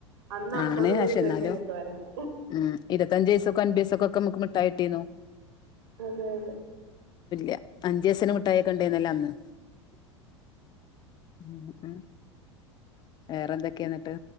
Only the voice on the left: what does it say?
ഞാനേ നശ്
എന്നാലും
ങ് ഇരുപ്പത്തഞ്ചുപ്പൈസൊക്കും അമ്പത് പൈസക്കൊക്കെ മ ക്ക്മിട്ടായിട്ടീന്നോ
യാ അഞ്ചപൈസന മുട്ടായൊക്കെണ്ടാരുന്നല്ലോ അന്ന്. ഉം ഉം വേറെന്തൊക്കെയന്നിട്ട്.